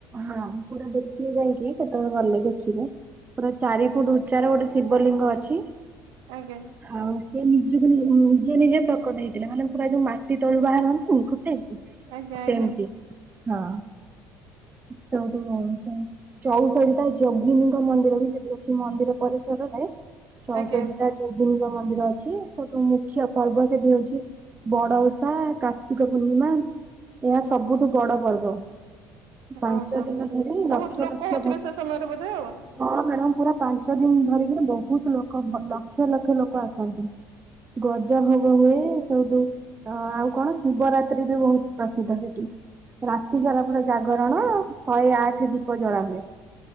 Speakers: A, on the right; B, on the right.
A: ହଁ ପୁରା ଦେଖିବେ ଯାଇକି କେତେବେଳେ ଗଲେ ଦେଖିବେ। ପୁରା ଚାରି ଫୁଟ ଉଚ୍ଚାର ଗୋଟେ ଶିବଲିଙ୍ଗ ଅଛି।
B: ଆଜ୍ଞା।
A: ଆଉ ସିଏ ନିଜକୁ ନିଜେ ନିଜେ ପ୍ରକଟ ହେଇଥିଲା। ମାନେ ପୁରା ଯୋଉ ମାଟି ତଳୁ ବାହାରନ୍ତି ଫୁଟେଇକି।
B: ଆଜ୍ଞା ଆଜ୍ଞା
A: ସେମତି, ହଁ ସବୁ ଚଉଷଠି ଟା ଯଗିନୀଙ୍କ ମନ୍ଦିର ବି ସେଠି ଅଛି। ମନ୍ଦିର ପରିସରରେ ଚଉଷଠି
B: ଆଜ୍ଞା
A: ଯୋଗିନୀଙ୍କ ମନ୍ଦିର ଅଛି। ସବଠୁ ମୁଖ୍ୟ ପର୍ବ ସେଠି ହଉଛି ବଡଓଷା, କାର୍ତ୍ତିକ ପୂର୍ଣ୍ଣିମା ଏହା ସବୁଠୁ ବଡ ପର୍ବ। ପାଞ୍ଚ
B: ଓହୋ
A: ଦିନ ଧରି
B: ବହୁତ
A: ଲକ୍ଷ
B: ଲୋକ
A: ଲକ୍ଷ
B: ହଉଥିବେ
A: ଭ
B: ସେ ସମୟରେ ବୋଧେ ଆଉ
A: ହଁ ମ୍ୟାଡାମ ପୁରା ପାଞ୍ଚ ଦିନ ଧରିକିରି ବହୁତ ଲୋକ ଭ ଲକ୍ଷ ଲକ୍ଷ ଲୋକ ଆସନ୍ତି। ଗଜ ହୋଗ ହୁଏ ସବୁ ତ ଆଉ କଣ ଶିବରାତ୍ରି ବି ବହୁତ ପ୍ରସିଦ୍ଧ ସେଠି। ରାତିସାରା ପୁରା ଜାଗରଣ ଶହେ ଆଠ ଦୀପ ଜଳା ହୁଏ।